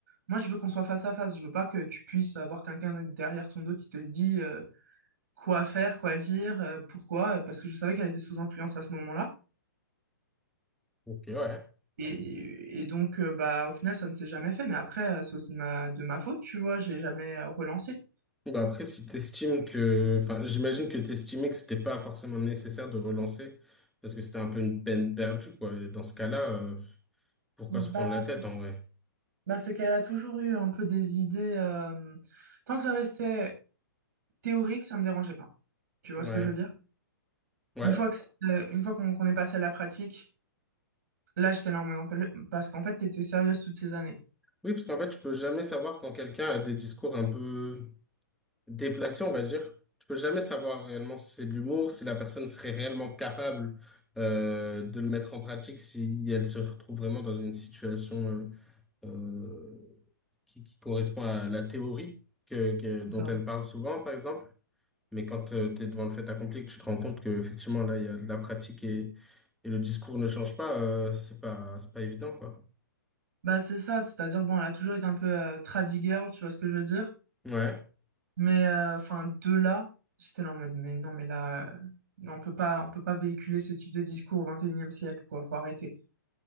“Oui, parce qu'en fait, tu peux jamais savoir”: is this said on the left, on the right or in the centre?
Centre